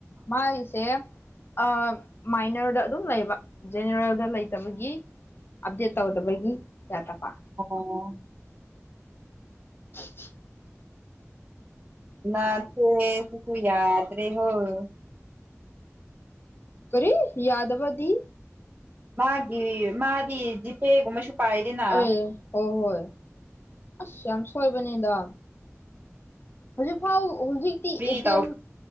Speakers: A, on the left (about 45°); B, on the right (about 30°).
A: ꯃꯥꯒꯤꯁꯦ ꯑꯥ ꯃꯥꯏꯅꯔꯗ ꯑꯗꯨꯝ ꯂꯩꯕ ꯖꯦꯅꯦꯔꯦꯜꯗ ꯂꯩꯇꯕꯒꯤ ꯑꯞꯗꯦꯠ ꯇꯧꯗꯕꯒꯤ ꯌꯥꯗꯕꯥ
B: ꯑꯣ
A: <unintelligible>
B: ꯅꯆꯦꯁꯤꯁꯨ ꯌꯥꯕꯅꯦ ꯍꯧ
A: ꯀꯔꯤ ꯌꯥꯗꯕꯗꯤ
B: ꯃꯥꯒꯤ ꯃꯥꯗꯤ ꯖꯤꯄꯦꯒꯨꯝꯕꯁꯨ ꯄꯥꯏꯗꯦꯅ
A: ꯑꯦ ꯍꯣꯏ ꯍꯣꯏ ꯑꯁ ꯌꯥꯝ ꯁꯣꯏꯕꯅꯤꯗ ꯍꯧꯖꯤꯛꯐꯥꯎ ꯍꯧꯖꯤꯛꯇꯤ
B: ꯐ꯭ꯔꯤ
A: ꯑꯦꯇꯤ
B: ꯇꯧ
A: ꯑꯦꯝ